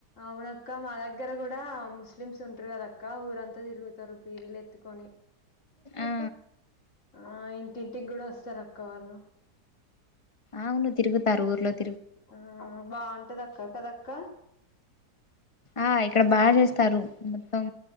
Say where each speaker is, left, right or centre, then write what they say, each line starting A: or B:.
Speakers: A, on the left; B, on the left.
A: అవునక్క మా దగ్గర కూడా ముస్లిమ్స్ ఉంటారు కదక్క ఊరం త తిరుగుతరు పీరీలు ఎత్తుకొని
B: ఆ
A: ఆ ఇ ఇంటికి కూడా వస్తారు అక్క వాళ్ళు
B: అవును తిరుగుతారు ఊర్లో ద్
A: ఊ బాగుంటది అక్క కదక్క
B: ఆయ్ ఇక్కడ బాగా జేస్తారు మొత్తం